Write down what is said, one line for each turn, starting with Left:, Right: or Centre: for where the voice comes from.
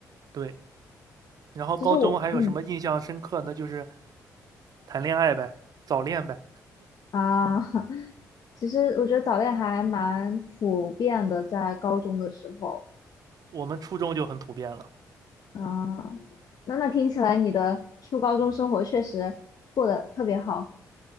Right: 对。然后高中还有什么印象深刻那就是
Left: 其实我，嗯
Right: 谈恋爱呗，早恋呗。
Left: 啊，<laughs> 其实我觉得早恋还蛮普遍的，在高中的时候
Right: 我们初中就很普遍了。
Left: 啊，那那听起来你的初高中生活确实过得特别好，